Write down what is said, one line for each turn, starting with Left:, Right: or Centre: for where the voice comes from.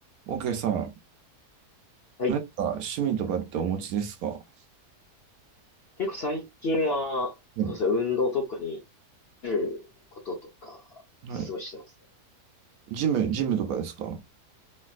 Right: OK さん、
Left: はい。
Right: 何か趣味とかってお持ちですかは
Left: 結構最近は、
Right: い
Left: そうですね、運動とかに出ることとか、すごいしてますね。
Right: はい。ジム、ジムとかですかは